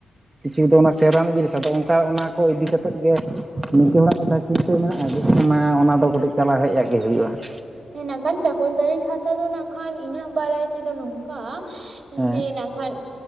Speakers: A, on the right; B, on the right.
A: ᱠᱤᱪᱤᱛᱚ ᱚᱱᱟ ᱥᱮᱨᱟᱢ ᱜᱤ ᱟᱫᱚ ᱚᱱᱠᱟ ᱚᱱᱟ ᱠᱚ ᱤᱫᱤ ᱠᱟᱛᱮᱫ ᱜᱮ ᱱᱤᱝᱠᱟᱹ ᱦᱚᱲᱟᱜ ᱼᱼ ᱪᱤᱱᱛᱟᱹ ᱢᱮᱱᱟᱜᱼᱟ ᱡᱮ ᱚᱱᱟ ᱚᱱᱟ ᱫᱚ ᱠᱟᱹᱴᱤᱡ ᱪᱟᱞᱟᱜ ᱦᱮᱡ ᱜᱮ ᱦᱩᱭᱩᱜᱼᱟ ᱾
B: ᱢᱮᱱᱟᱜ ᱠᱷᱟᱱ ᱪᱟᱠᱚᱞᱛᱟᱹᱨᱤ ᱪᱷᱟᱛᱟ ᱫᱚ ᱱᱟᱜᱠᱷᱟᱱ ᱤᱧᱟᱹᱜ ᱵᱟᱲᱟᱭ ᱛᱮᱫᱚ ᱱᱚᱝᱠᱟ ᱼᱼ
A: ᱦᱮᱸ
B: ᱡᱮ
A: ᱦᱮᱸ
B: ᱱᱟᱜᱠᱷᱟᱱ